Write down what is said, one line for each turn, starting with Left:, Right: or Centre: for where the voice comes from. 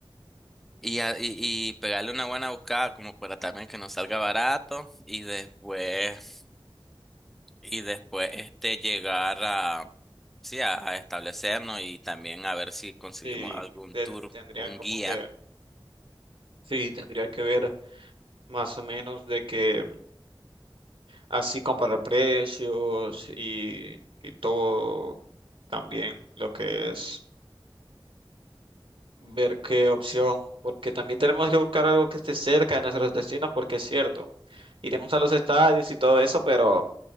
Centre: y, a- y, y pegarle una buena buscada como para también que nos salga barato y después y después este llegar a sí a, a establecernos y también a ver si conseguimos
Right: sí,
Centre: algún
Right: te-
Centre: tour
Right: tendría
Centre: o un
Right: como
Centre: guía
Right: que, sí, tendría que ver más o menos de que así comparar precios y, y todo también lo que es ver qué opción, porque también tenemos que buscar algo que esté cerca de nuestros destinos, porque es cierto, iremos a los estadios y todo eso, pero